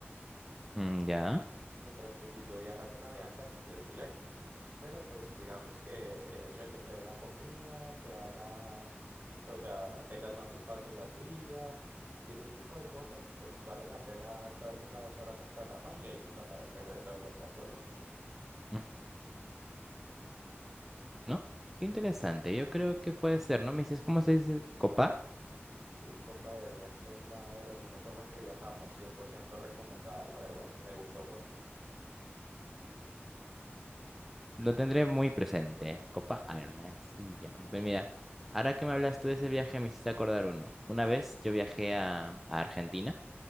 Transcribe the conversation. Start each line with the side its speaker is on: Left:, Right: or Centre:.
Centre: Mm, ya.
Right: Mientras que si tú viajas en Avianca, sí es directo. Pero pues digamos que el hecho de que te dé la comida, te haga, o sea, tengas más espacio en la silla y ese tipo de cosas, pues vale la pena estar una o dos horas en Panamá y ahí sí tomar el regreso de vuelta a Colombia.
Centre: Mm, ¿No? Qué interesante. Yo creo que puede ser, ¿no? Me dices, ¿cómo se dice? ¿Copa?
Right: Sí, Copa Airlines es la aerolínea por la que viajamos, 100% recomendada, la verdad, me gustó mucho.
Centre: Lo tendré muy presente. Copa Airlines. Ya, pues mira, ahora que me hablas tú de ese viaje, me hiciste acordar uno. Una vez yo viajé a, a Argentina.